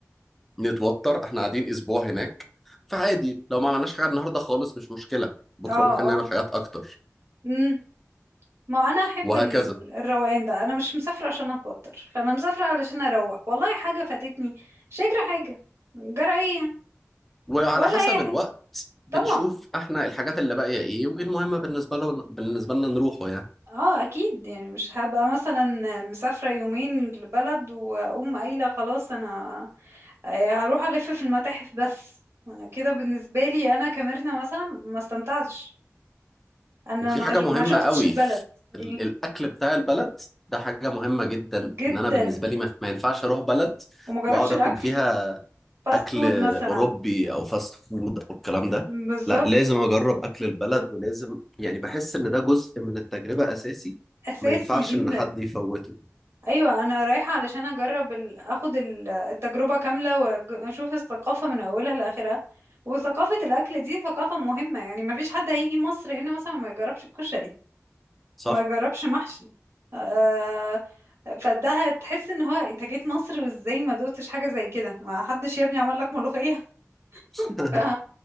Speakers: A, in the centre; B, on the right.
A: نتوتر احنا قاعدين اسبوع هناك فعادي لو ما عملناش حاجه النهارده خالص مش مشكله بكره
B: اه
A: ممكن
B: اه
A: نعمل حاجات اكتر
B: امم ما انا احب
A: وهكذا
B: ال- الروقان ده انا مش مسافرة عشان اتوتر فانا مسافرة علشان اروق والله حاجة فاتتني شكرا حاجة جرى ايه يعني؟
A: وعلى
B: ولا
A: حسب
B: اي حاجة
A: الوقت بنشوف
B: طبعا
A: احنا الحاجات اللي باقيه ايه وايه المهمه بالنسبه له بالنسبه لنا نروحه يعني
B: اه اكيد يعني مش هبقى مثلا مسافرة يومين لبلد واقوم قايلة خلاص انا آه، هروح ألف في المتاحف بس أنا كده بالنسبة لي أنا كميرنا مثلا ما استمتعتش أنا
A: وفي
B: ما
A: حاجه
B: ج-
A: مهمه
B: ما شفتش
A: قوي
B: البلد إيه
A: ال- الاكل بتاع البلد ده حاجه مهمه جدا
B: جدا
A: ان انا بالنسبه لي ما ما ينفعش اروح بلد
B: وما جربش
A: واقعد
B: الأكل
A: اكل فيها
B: فاست
A: اكل
B: فود مثلا
A: اوروبي او فاست فود او الكلام ده
B: بالظبط
A: لا لازم اجرب اكل البلد ولازم يعني بحس ان ده جزء من التجربة اساسي
B: أساسي
A: ما ينفعش
B: جدا
A: ان حد يفوته
B: أيوة أنا رايحة علشان أجرب ال... أخد ال- التجربة كاملة وأشوف الثقافة من أولها لآخرها وثقافة الأكل دي ثقافة مهمة يعني ما فيش حد هيجي مصر هنا مثلا وما يجربش الكشري
A: صح
B: ما جربش محشي آه فده هتحس ان هو انت جيت مصر وازاي ما دوتش حاجه زي كده ما حدش يا ابني عمل لك ملوخيه <laughs>
A: <laughs>
B: ف